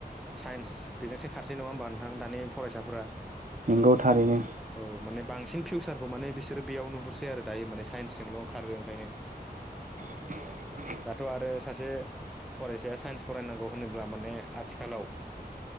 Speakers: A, in the centre; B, on the right (about 50°).
A: साइन्स बेजोंसो खारसै नङा होमबा नोंथां दानि फरायसाफोरा?
B: नंगौ थारैनो।
A: औ माने बांसिन फिउचार खौ माने बिसोरो बेयाव नुहुरसै आरो दायो माने साइन्सजोंल' खारो ओंखायनो।
B: <unintelligible>
A: दाथ' आरो सासे फरायसाया साइन्स फरायनांगौ होनोब्ला माने आथिखालाव